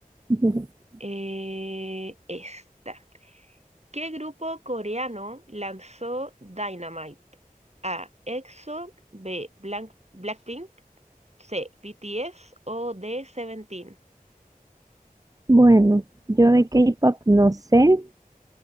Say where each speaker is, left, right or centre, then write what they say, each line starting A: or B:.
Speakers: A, on the right; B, on the right.
A: <laughs>
B: Eh, esta. ¿Qué grupo coreano lanzó Dynamite? A. EXO, B. Blanc- Blackpink, C. BTS o D. Seventeen.
A: Bueno, yo de K-pop no sé,